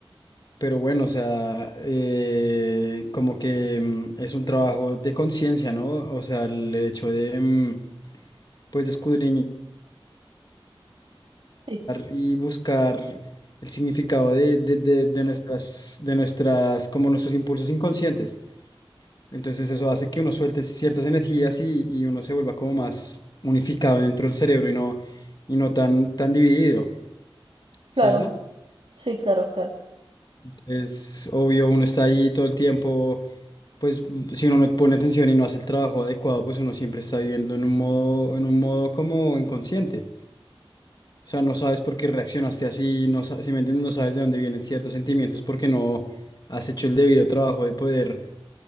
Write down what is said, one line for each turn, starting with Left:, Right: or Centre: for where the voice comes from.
Left: Pero bueno, o sea, eh, como que mm, es un trabajo de conciencia, ¿no? O sea, el hecho de, mm, pues, de escudriñar
Right: Sí,
Left: y buscar el significado de, de, de, de nuestras, de nuestras, como nuestros impulsos inconscientes. Entonces eso hace que uno suelte ciertas energías y, y uno se vuelva como más unificado dentro del cerebro y no, y no tan, tan dividido, ¿cierto?
Right: claro, sí, claro, claro.
Left: Es obvio, uno está ahí todo el tiempo pues mm, si uno no pone atención y no hace el trabajo adecuado, pues uno siempre está viviendo en un modo, en un modo como inconsciente. O sea, no sabes por qué reaccionaste así, no sa- si me entiendes, no sabes de dónde vienen ciertos sentimientos porque no has hecho el debido trabajo de poder